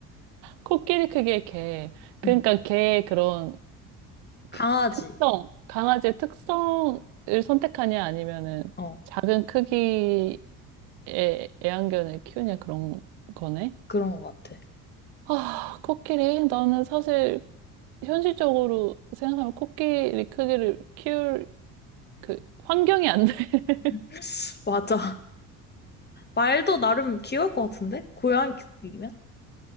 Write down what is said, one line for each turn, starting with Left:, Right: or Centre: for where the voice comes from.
Right: 코끼리 크기의 개. 그러니까
Left: 음,
Right: 개의 그런
Left: 강아지.
Right: 그 특성, 강아지의 특성을 선택하냐 아니면은
Left: 어,
Right: 작은 크기 애, 애완견을 키우냐 그런 거네.
Left: 그런 것 같아.
Right: 아, 코끼리. 나는 사실 현실적으로 생각하면 코끼리 크기를 키울 그 환경이 안 돼. <laughs>
Left: <laughs> 맞아. 말도 나름 귀여울 것 같은데? 고양이 크기면?